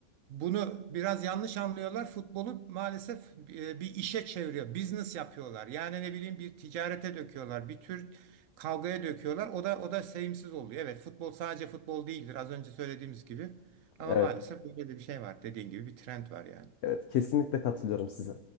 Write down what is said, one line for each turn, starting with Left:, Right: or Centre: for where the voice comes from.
Right: Bunu biraz yanlış anlıyorlar. Futbolu maalesef e, bir işe çeviriyor. Business yapıyorlar. Yani ne bileyim bir ticarete döküyorlar. Bir tür kavgaya döküyorlar. O da o da sevimsiz oluyor. Evet, futbol sadece futbol değildir. Az önce söylediğimiz gibi. Ama
Left: Evet,
Right: maalesef böyle de bir şey var. Dediğin gibi bir trend var yani.
Left: evet kesinlikle katılıyorum size.